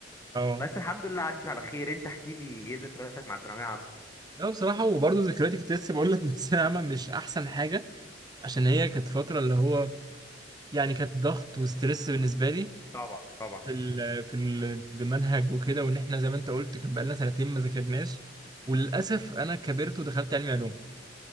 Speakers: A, on the right; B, on the left.
A: اه
B: بس الحمد لله عدت على خير انت احكي لي ايه ذكرياتك مع ثانويه عامه
A: لا بصراحة وبرضه ذكرياتي كنت لسه بقول لك من الثانوية العامة مش أحسن حاجة عشان هي كانت فترة اللي هو يعني كانت ضغط وستريس بالنسبة لي
B: طبعا طبعا
A: في ال في ال- المنهج وكده وان احنا زي ما انت قلت كان بقالنا سنتين ما ذاكرناش وللاسف انا كبرت ودخلت علمي علوم